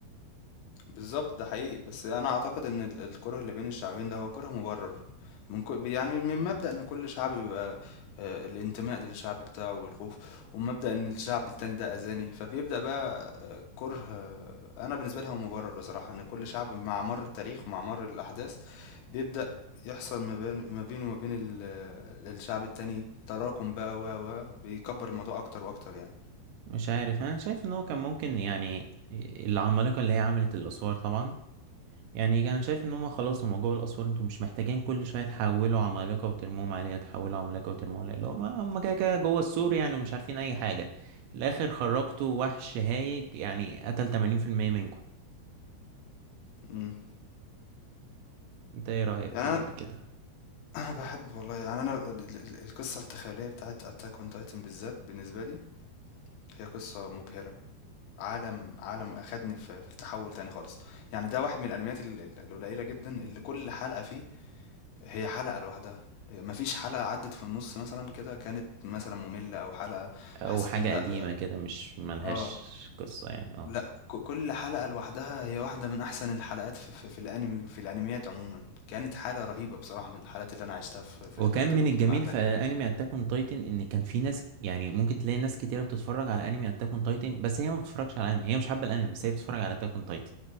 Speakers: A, on the left (about 80°); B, on the right (about 80°).
A: بالظبط ده حقيقي بس انا اعتقد ان ال- الكره اللي بين الشعبين ده هو كره مبرر من كل يعني من مبدأ ان كل شعب بيبقى آه، الانتماء للشعب بتاعه والخوف ومبدأ ان الشعب التاني ده اذاني فبيبدأ بقى آه، كره آه، انا بالنسبة لي هو مبرر بصراحة ان كل شعب مع مر التاريخ ومع مر الاحداث بيبدأ يحصل ما بين- ما بينه وما بين ال- الشعب التاني تراكم بقى و و بيكبر الموضوع اكتر واكتر يعني
B: مش عارف انا شايف ان هو كان ممكن يعني العمالقة اللي هي عملت الاسوار طبعا يعني انا شايف ان هم خلاص هم جوه الاسوار انتوا مش محتاجين كل شويه تحولوا عمالقه وترموهم عليها تحولوا عمالقه وترموهم عليها اللي هم هم كده كده جوه السور يعني ومش عارفين اي حاجه في الاخر خرجتوا وحش هايج يعني قتل 80% منكم
A: مم.
B: انت ايه رايك
A: يعني
B: في
A: انا
B: ال- كده
A: أنا باحب والله يعني أنا ال ال القصة التخيلية بتاعة Attack on Titan بالذات بالنسبة لي هي قصة مبهرة، عالم عالم أخدني في في تحوّل تاني خالص، يعني ده واحد من الأنميات ال ال القليلة جدًا اللي كل حلقة فيه هي حلقة لوحدها، هي ما فيش حلقة عدّت في النُص مثلًا كده كانت مثلًا مملة أو حلقة
B: او
A: حسيت
B: حاجه
A: إن لأ
B: قديمه كده مش ملهاش
A: آه،
B: قصه يعني اه
A: لأ ك كل حلقة لوحدها هي واحدة من أحسن الحلقات في في في الأنمي في الأنميات عمومًا، كانت حالة رهيبة بصراحة من الحالات اللي أنا عِشتها في في
B: وكان
A: خلال تجربتي
B: من الجميل
A: مع Attack.
B: في انمي اتاك اون تايتن ان كان في ناس يعني ممكن تلاقي ناس كتيره بتتفرج على انمي اتاك اون تايتن بس هي ما بتتفرجش على انمي هي مش حابه الانمي بس هي بتتفرج على اتاك اون تايتن